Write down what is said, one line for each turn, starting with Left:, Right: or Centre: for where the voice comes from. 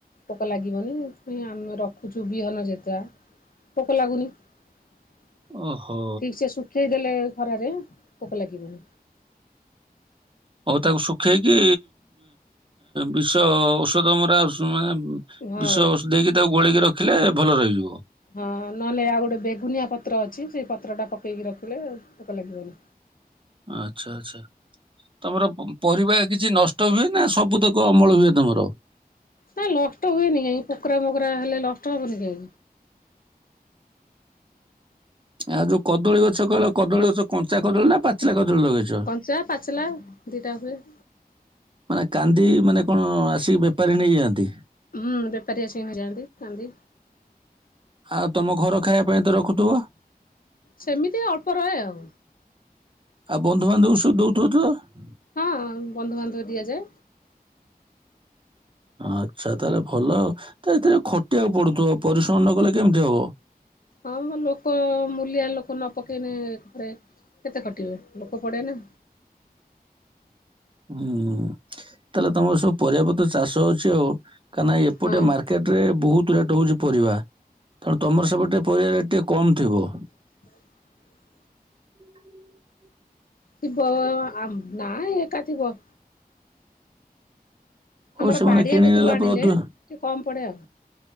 Left: ପୋକ ଲାଗିବନି ସେଥିପାଇ ଆମେ ରଖୁଛୁ ବିହନ ଯେତା ପୋକ ଲାଗୁନି। ଠିକ
Right: ଓହୋ।
Left: ସେ ଶୁଖେଇ ଦେଲେ। ଖରାରେ ପୋକ ଲାଗିବନି।
Right: ଆଉ ତାକୁ ଶୁଖେଇକି ବିଷ ଔଷଧ ମରା ମାନେ
Left: ହଁ।
Right: ବିଷ ଦେଇକି ତାକୁ ଗୋଳକି ରଖ ରଖିଲେ ଭଲ ରହିଯିବ।
Left: ହଁ ନହେଲେ ଆଉ ଗୋଟେ ବେଗୁନିଆ ପତ୍ର ଅଛି ସେ ପତ୍ରଟା ପକେଇକି ରଖିଲେ ପୋକ ଲାଗିବନି।
Right: ଆ୍ଛା ଆଛା ତମର ପରିବା କିଛି ନଷ୍ଟ ହୁଏ ନା ସବୁ ତକ ଅମଳ ହୁଏ ତମର।
Left: କାଇଁ ନଷ୍ଟ ହୁଏନି କାଇଁ ପୋକରା ବୋକରା ହେଲେ ଲ କଷ୍ଟବନି
Right: ଆଉ ଯୋଉ କଦଳୀ ଗଛ କହିଲ କଦଳୀ ଗଛ କଞ୍ଚା କଦଳୀ ନା ପାଚିଲା କଦଳୀ ଲଗେଇଛ?
Left: କଞ୍ଚା ପାଚଲା ଦିଟା ହୁଏ <inaudible>
Right: ମାନେ କାନ୍ଦି ମାନେ କଣ ଆସିକି ବେପାରୀ ନେଇଯାଆନ୍ତି।
Left: ହୁଁ ବେପାର ଆସିନ ହେଇଯନ୍ତି କାନ୍ଦି
Right: ଆଉ ତମ ଘର ଖାଇବା ପାଇଁ ତ ରଖୁଥିବ।
Left: ସେମିତି ଅଳ୍ପ ରହେ ଆଉ।
Right: ଆଉ ବନ୍ଧୁବାନ୍ଧବଙ୍କୁ ସବୁ ଦଉଥିବ ତ।
Left: ହଁ ବନ୍ଧୁବାନ୍ଧବ ଦିଆଯାଏ
Right: ଆଚ୍ଛା ତାହେଲେ ଭଲ ଆଉ। ଏଥିରେ ଖଟିବାକୁ ପଡୁଥିବ ପରିଶ୍ରମ ନ କଲେ କେମିତି ହବ।
Left: ହଁ ଲୋକ ମୁଲିଆ ଲୋକ ନ ପକେଇଲେ କେତେ କଟିବେ ଲୋକ ପଡେ ନା।
Right: ହୁଁ। ତାହେଲେ ତମର ସବୁ ପରିବା ପତ୍ର ଚାଷ ଅଛି ଆଉ। କାହିଁକି ନ ଏପଟେ
Left: ହଁ
Right: ମାର୍କେଟ ରେ ବହୁତ ରେଟ ହଉଛି ପରିବା ତେଣୁ ତମର ସେପଟେ ପରିବା ରେଟ୍ ଟିକେ କମ୍ ଥିବ।
Left: <inaudible>
Right: <unintelligible>
Left: ଥିବ ଆ ନାହିଁ ଏକା ଥିବ।
Right: ଓ
Left: ଆମର
Right: ସେମାନେ
Left: ବାଡିଆ
Right: କିଣି
Left: ଗତରୁ
Right: ନେଲା
Left: ଆଣିଲେ
Right: ପରେ ଅଧିକ
Left: ଟିକେ କମ୍ ପଡେ ଆଉ।